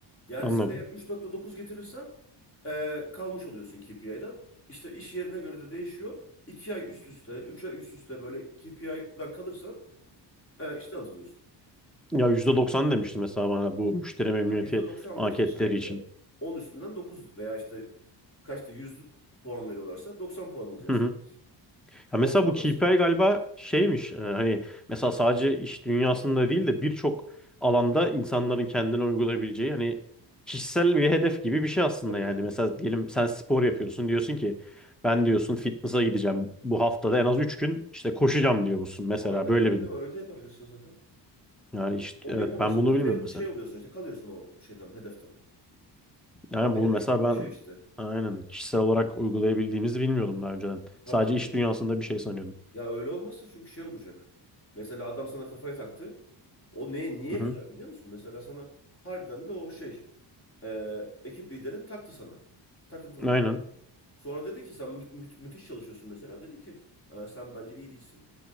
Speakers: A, on the left; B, in the centre.
A: Yani
B: anladım.
A: sen eğer üç nokta dokuz getirirsen e, kalmış oluyorsun KPI'den. İşte iş yerine göre de değişiyor. 2 ay üst üste, 3 ay üst üste böyle KPI'den kalırsan e, işten atılıyorsun.
B: Ya %90 demişti mesela bana bu müşteri memnuniyeti
A: Ha, yüzde doksan
B: anketleri
A: da işte şeye göre.
B: için.
A: 10 üstünden 9 veya işte kaçta yüzlük puan veriyorlarsa 90 puan alacaksın.
B: Hı hı.
A: en az.
B: Ya
A: Ortalaması.
B: mesela bu KPI galiba şeymiş e, hani mesela sadece iş dünyasında değil de birçok alanda insanların kendine uygulayabileceği hani kişisel bir hedef gibi bir şey aslında
A: Tabii
B: yani.
A: tabii.
B: Mesela diyelim sen spor yapıyorsun diyorsun ki ben diyorsun fitness'a gideceğim bu haftada en az 3 gün işte koşacağım diyor musun mesela
A: Aynen
B: böyle
A: aynen
B: bir durum.
A: öyle de yapabilirsin zaten.
B: Yani işte,
A: Onu
B: evet
A: yapamazsan
B: ben bunu
A: da
B: bilmiyorum
A: fail
B: mesela.
A: şey oluyorsun işte kalıyorsun o şeyden hedeften.
B: Yani
A: Ana
B: bunu
A: hedef
B: mesela
A: gibi
B: ben
A: bir şey işte.
B: aynen kişisel olarak uygulayabildiğimizi bilmiyordum daha önceden.
A: Tabii
B: Sadece
A: tabii.
B: iş
A: O.
B: dünyasında bir şey sanıyordum.
A: Ya öyle olmazsa çünkü şey olacak. Mesela adam sana kafaya taktı. O ne, niye
B: Hı hı.
A: güzel biliyor musun? Mesela sana harbiden de o şey e, ekip liderin taktı sana. Takıntılı
B: Aynen.
A: bir Sonra dedi ki sen mü- mü- müthiş çalışıyorsun mesela. Dedi ki "E, sen bence iyi değilsin.